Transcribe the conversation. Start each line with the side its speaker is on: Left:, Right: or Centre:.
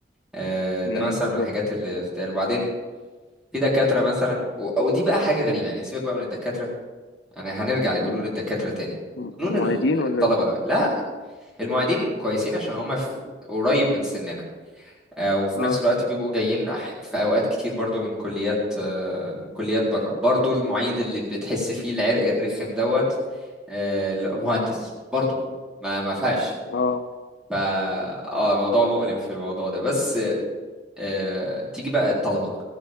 Centre: آه، ده
Left: امم
Centre: مثلا
Left: بالظبط
Centre: من الحاجات اللي بتتقال وبعدين في دكاترة مثلا و... ودي بقى حاجة غريبة يعني سيبك بقى من الدكاترة انا هنرجع لجنون
Left: مم.
Centre: الدكاترة تاني
Left: م-
Centre: جنون
Left: معيدين
Centre: ال-
Left: ولا
Centre: الطلبة
Left: ايه
Centre: لا لا، المعيدين كويسين عشان هم في... قريب من سننا آه، وفي
Left: اه
Centre: نفس الوقت بيبقوا جايين أح- في اوقات كتير برضو من كليات آه، من كليات بره برضو المعيد اللي بتحس فيه العرق الرخم دوت آه، لا، مهندس برضو ما ما فيهاش
Left: اه
Centre: ف اه الموضوع مؤلم في الموضوع ده بس آه، تيجي بقى الطلبه